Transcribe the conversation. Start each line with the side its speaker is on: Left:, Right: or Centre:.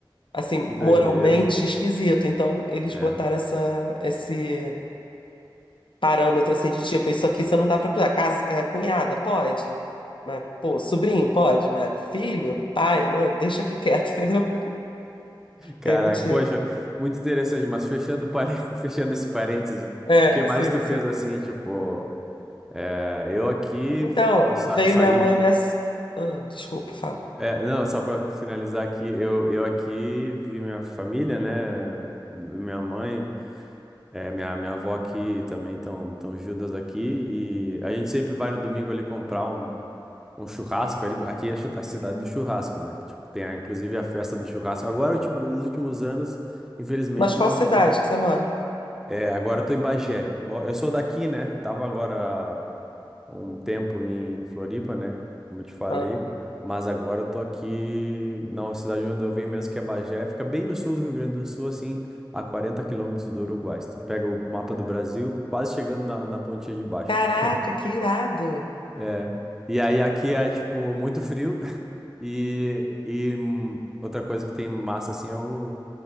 Left: assim,
Centre: que doideira.
Left: moralmente esquisito. Então, eles
Centre: É.
Left: botaram essa, esse parâmetro, assim, de tipo, isso aqui você não dá pra cruzar. Casa, é, cunhada, pode. Mas, pô, sobrinho, pode. Mas filho, pai, mãe, deixa aqui quieto, <laughs> entendeu?
Centre: Caraca,
Left: Tem motivo.
Centre: poxa, muito interessante, mas fechando, pare- <laughs> fechando esse parênteses,
Left: É,
Centre: o que mais
Left: assim,
Centre: tu
Left: sim.
Centre: fez assim, tipo, é, eu aqui
Left: Então,
Centre: f- ah, sa-
Left: veio
Centre: saí,
Left: minha mãe, e minha... s- Ah, desculpa, fala.
Centre: é, não, só pra finalizar aqui, eu, eu aqui vi minha família, né, minha mãe, é, minha, minha avó aqui também, estão tão tão juntas aqui, e a gente sempre vai no domingo ali comprar um, um churrasco, ali, aqui é a chu- a cidade do churrasco, né, tipo, tem a- inclusive a festa do churrasco, agora, ultim- nos últimos anos, Infelizmente
Left: Mas qual
Centre: não
Left: cidade que você mora?
Centre: É, agora eu tô em Bagé. Mo- Eu sou daqui, né? Eu tava agora há um tempo em Floripa, né? Como eu te falei.
Left: Ah,
Centre: Mas agora eu tô aqui na cidade onde eu venho mesmo, que é Bagé. Fica bem no sul do Rio Grande do Sul, assim, a 40 quilômetros do Uruguai. Se tu pega o mapa do Brasil, quase chegando na, na pontinha de baixo.
Left: Caraca,
Centre: <laughs>
Left: que irado.
Centre: É. E aí aqui é, tipo, muito frio. <laughs> E, e hum, outra coisa que tem massa, assim, é o